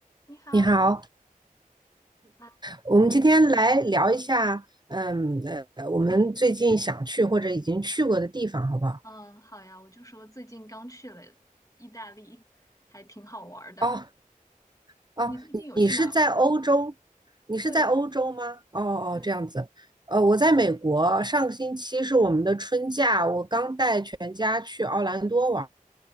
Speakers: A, on the left; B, on the right.
A: 你好，
B: 你好，
A: 啊，
B: 我们今天来聊一下，
A: 最近，
B: 嗯呃，我们最近想去或者已经去过的地方，好不好？
A: 嗯，好呀，我就说最近刚去了意大利，还挺好玩儿的。
B: 哦哦，
A: 你最近有去哪儿吗？
B: 你你是在欧洲？你是在欧洲吗？
A: 对
B: 哦哦，
A: 对，
B: 这样子。呃，我在美国，上个星期是我们的春假，我刚带全家去奥兰多玩。